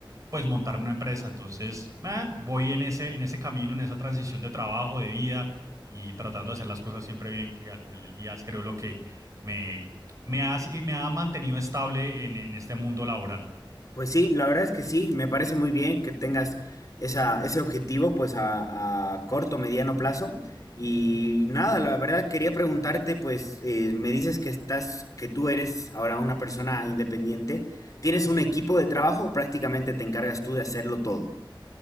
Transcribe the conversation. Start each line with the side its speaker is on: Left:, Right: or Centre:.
Right: pues montar una empresa. Entonces, ah, voy en ese, en ese camino, en esa transición de trabajo, de vida y tratando de hacer las cosas siempre bien, que al final del día es creo lo que me, me ha, sí, me ha mantenido estable en, en este mundo laboral.
Left: Pues sí, la verdad es que sí, me parece muy bien que tengas esa, ese objetivo pues a, a corto, mediano plazo. Y nada, la verdad quería preguntarte pues eh, me dices que estás, que tú eres ahora una persona independiente. ¿Tienes un equipo de trabajo o prácticamente te encargas tú de hacerlo todo?